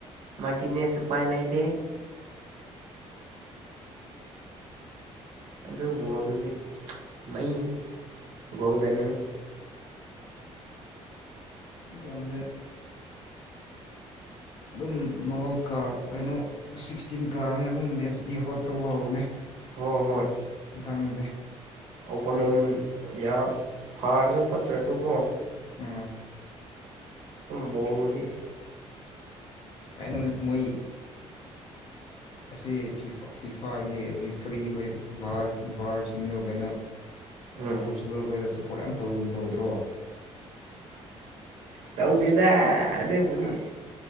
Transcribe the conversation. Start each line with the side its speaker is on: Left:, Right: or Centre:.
Right: ꯃꯥꯅꯦꯁ ꯎꯄꯥꯏ ꯂꯩꯗꯦ ꯑꯗꯨ ꯕꯣꯜꯗꯨꯗꯤ ꯃꯩꯅꯤ ꯒꯣꯜꯗꯟꯅꯤ
Left: ꯏꯀꯖꯦ ꯑꯗꯨꯝ ꯅꯣꯥꯎ ꯀꯥ ꯀꯩꯅꯣ ꯁꯤꯛꯁꯇꯤꯟ ꯀꯥꯔꯅꯤꯅ ꯑꯗꯨꯝ ꯃꯦꯠꯁꯇꯤ ꯍꯣꯠ ꯇꯧꯕ ꯍꯧꯔꯅꯤ
Right: ꯍꯣꯏ ꯍꯣꯏ
Left: ꯥꯡ ꯑꯗꯨꯗꯦ
Right: ꯄꯨꯣꯅꯤꯟ ꯌꯥꯝ ꯐꯔꯁꯨ ꯐꯠꯇ꯭ꯔꯁꯨꯀꯣ
Left: ꯎꯝ
Right: ꯑꯗꯨꯝ ꯕꯜꯕꯨꯗꯤ
Left: ꯀꯩꯅꯩꯅꯣ ꯃꯣꯏ ꯑꯁꯤ ꯐ ꯐꯤꯐꯥꯒꯤ ꯔꯤꯐ꯭ꯔꯤ ꯑꯩꯈꯣꯏꯕꯥ ꯕꯥꯔꯁꯤꯡꯗꯣ ꯀꯩꯅꯣ
Right: ꯎꯝ
Left: ꯄꯣꯔꯆꯨꯒꯜ ꯈꯈꯣꯏꯗ ꯁꯞꯄꯣꯔꯠ ꯌꯥꯝꯧꯒꯨꯝ ꯇꯧꯗ꯭ꯔꯣ
Right: ꯇꯧꯗꯦꯗ ꯑꯗꯨꯕꯨꯅꯤ
Left: ꯑꯁ